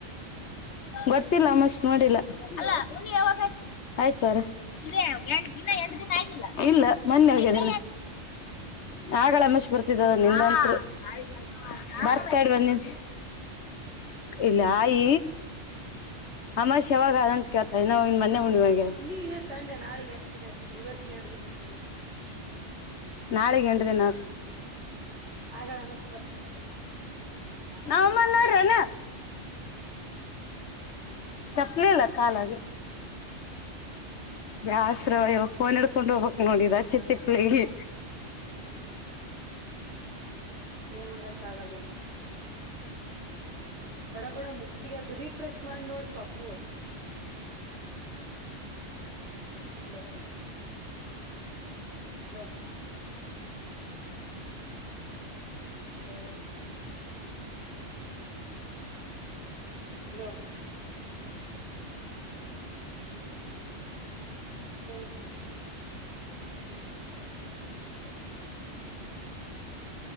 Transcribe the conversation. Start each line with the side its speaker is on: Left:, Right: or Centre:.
Left: ಗೊರ್ತ್ತಲ್ಲಾ ಅಮಾಸ ನೋಡಿಲ್ಲಾ ಅಲ್ಲಾ ಹುಣ್ಣಿ ಯಾವಾಗ ಆಯ್ತು ಆಯ್ತುವಾರ <inaudible> ಇನ್ನಾ ಎಂಟು ದಿನ ಆಗಿಲ್ಲ ಇಲ್ಲಾ ಮೊನ್ನೆ ಆಗಿದ್ದ <inaudible> ಆಗಲೇ ಅಮಾವಾಸ್ಯೆ ಬರ್ತಿದ್ದ <inaudible>
Right: ಯಾರ್
Left: ಬರ್ತಾರ ಒನ್ ನಿಮಿಷ ಇಲ್ಲಯ ಅಮ ಶ ಯಾವಾಗ ಅದನ್ ಕೇತ ಇ ನ ಇನ್ ಮೊೆ ಹುವಾಗ
Right: ಹುಣ್ಣಿ ಇನ್ನ ಸಂಡೆ ನಾಳೆ ಗಂ ದಿನ ಆಯತ ಇವತ್ತುಂಟುನಯತು
Left: ನಾಳೆ ಎಂಟ ದ ನಾ
Right: ಆಗಲ್ಲ ಅನಷ್ಟು ಬರ್ತಂತ
Left: ನಮ್ಮ ನಡನೆ ಚಪ್ಲಿ ಇಲ್ಲ ಕಾಲ ಅದು ದಶ್ರವಯ ನ್ ಹಡ್ಕೊಂಡು ಹೋಗ್ಕ್ ನೋಡಿದ ಚಿ ತಿಪ್ಪಲಿ
Right: ಹ್ಮ್ ಏ ಮಾಡಕ್ ಆಗಲ್ಲಂತ ಹೊಡಗಡ ಮುಗಸಿಗೆ ಅದು ರೀಫ್ರೆಶ್ ಮಾಡಿ ನೋಡ್ ಪಾಪು ಹಲೋ ಹಲೋ ಹಲೋ ಹಲೋ ಹ್ಮ ಈ